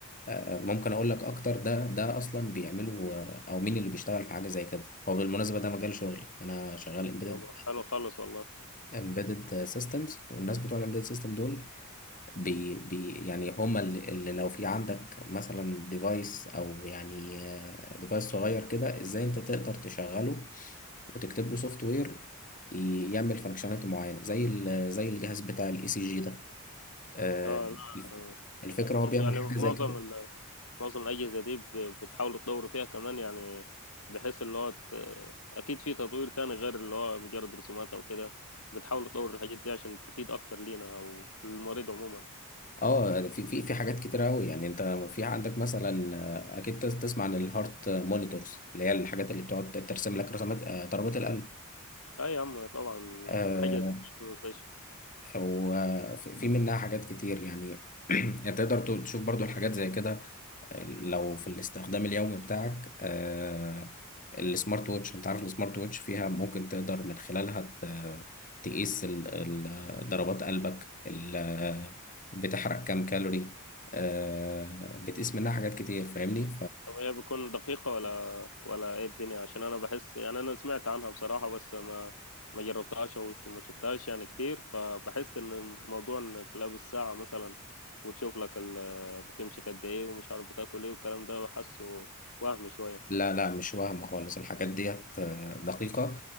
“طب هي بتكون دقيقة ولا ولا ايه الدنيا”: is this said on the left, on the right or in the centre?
Left